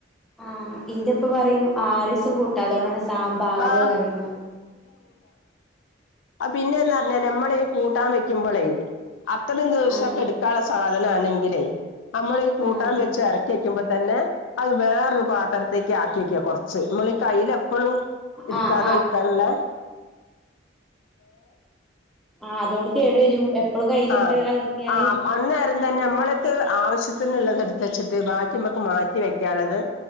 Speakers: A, in the centre; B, on the left (about 75°).
A: ആ ഇന്റെ ഇപ്പ പറയും ആറീസും കൂട്ടാ അതുകൊണ്ടാണ് സാമ്പാർ
B: ആ
A: അറിയതി
B: അ പിന്നെന്ന് പറഞ്ഞാല് നമ്മളീ ഈ കൂട്ടാൻ വെക്കുമ്പോളേ അത്രയും ദിവസമൊക്കെ
A: ആഹ്
B: എടുക്കാനുള്ള സാധന ആണെങ്കിലേ നമ്മൾ ഈ കൂട്ടാൻ
A: ആഹ്
B: വെച്ച് ഇറക്കി തന്നെ അത് വേറൊരു പാത്രത്തേക്ക് ആക്കിക്ക കുറച്ച് നമ്മൾ എപ്പോഴും എടുക്കാതെ
A: ആഹ്
B: നോക്കാനല്ല
A: ആ അതുകൊണ്ട് കേടു വരും എപ്പളും കയ്യിലിട്ട്
B: ആഹ
A: എളക്കിയാല്
B: ആ് അ അന്നേര ന്നെ നമ്മളൊക്ക ആവശ്യത്തിനള്ളത് എടുത്ത് വച്ചിട്ട് ബാക്കി നമ്മക്ക് മാറ്റി വെക്കാനുള്ളത്